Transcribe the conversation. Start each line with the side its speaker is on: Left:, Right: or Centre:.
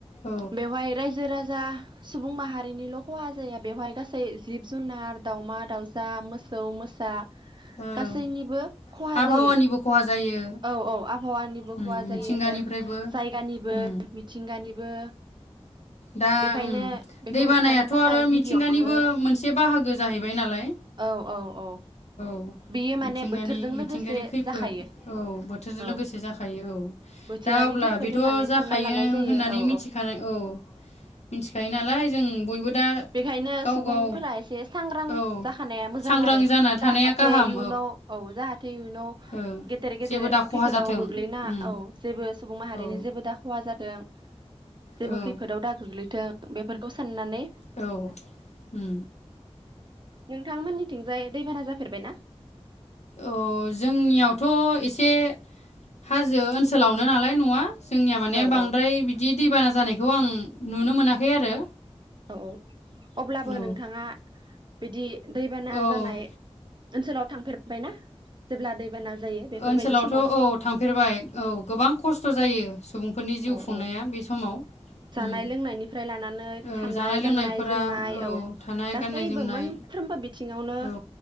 Left: औ
Right: बेवहाय रायजो राजा जा सुबुं माहारिनिल' खहा जाया बेवहाय गासै जिब ज जुनार दाउमा दाउसा मोसौ मोसा
Left: ओं
Right: गासैनिबो खहा
Left: आबहावानिबो
Right: जायो
Left: खहा जायो
Right: औ औ आबहावानिबो
Left: उम
Right: खहा
Left: मिथिंगानिफ्रायबो
Right: जायो जायगानिबो
Left: उम
Right: मिथिंगानिबो
Left: दा
Right: बेखायनो
Left: ओम
Right: बेखौ
Left: दै बानायाथ'
Right: होबथानो थाखाय
Left: आरो मिथिंगानिबो
Right: गिबियावनो
Left: मोनसे बाहागो गो जाहैबाय नालाय
Right: औ औ
Left: मिथिंगानि
Right: बेयो माने बोथोरजों
Left: मिथिंगायारि
Right: लोगोसे
Left: खैफोद
Right: जाखायो
Left: औ बोथोरजों
Right: औ
Left: लोगोसे जाखायो औ
Right: बोथोरारि
Left: दा अब्ला
Right: खैफोद
Left: बेथ'
Right: होननानै
Left: जाखायो
Right: सानना लानाय जायो
Left: होननानै
Right: औ
Left: मिथिखानाय औ मिथिखायो नालाय जों बयबो दा
Right: बेखायनो
Left: गाव
Right: सुबुंफोरा
Left: गाव
Right: एसे सांग्रां
Left: औ
Right: जाखानाया मोजां
Left: सांग्रां
Right: आरो
Left: जाना थानाया
Right: जाहाथे
Left: गाहाम
Right: इयुनाव औ जाहाथे इयुनाव
Left: ओ
Right: गेदेर गेदेर
Left: जेबो दा खहा
Right: खैफोदाव
Left: जाथों
Right: गोग्लैना
Left: उम
Right: औ जेबो सुबुं माहारिनि
Left: औ
Right: जेबो दा खहा जाथों जेबो
Left: औ
Right: खैफोदाव दा गोग्लैथों बेफोरखौ साननानै
Left: औ उम
Right: नोंथांमोननिथिंजाय दैबाना जाफेरबाय ना
Left: अ जोंनियावथ' एसे हाजो ओनसोलावनो नालाय नआ जोंनिया माने
Right: औ
Left: बांद्राय
Right: औ
Left: बि बिदि दैबाना जानायखौ आं नुनो मोनाखै आरो
Right: औ औ अब्लाबो
Left: औ
Right: नोंथाङा बिदि दैबाना
Left: औ
Right: जानाय ओनसोलाव थांफेरबायना जेब्ला दैबाना जायो बेफोरबायदि
Left: ओनसोलावथ'
Right: समाव
Left: औ थांफेरबाय औ गोबां खस्थ' जायो सुबुंफोरनि जिउ
Right: औ
Left: खुंनाया
Right: औ
Left: बे समाव
Right: जानाय
Left: उम
Right: लोंनायनिफ्राय लानानै
Left: औ
Right: थानाय
Left: जानाय लोंनायफोरा
Right: गाननाय जोमनाय औ
Left: थानाय
Right: गासैबो
Left: गाननाय जोमनाय
Right: मोनफ्रोमबो बिथिङावनो
Left: औ